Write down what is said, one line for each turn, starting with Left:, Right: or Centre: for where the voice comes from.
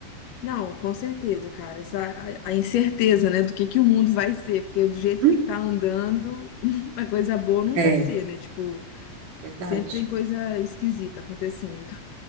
Left: Não, com certeza, cara. Essa, a, a incerteza, né, do que que o mundo vai ser, porque do jeito
Right: Hum?
Left: que tá andando, <laughs> a coisa boa não
Right: É,
Left: vai
Right: é
Left: ser, né? Tipo,
Right: verdade.
Left: sempre tem coisa esquisita acontecendo.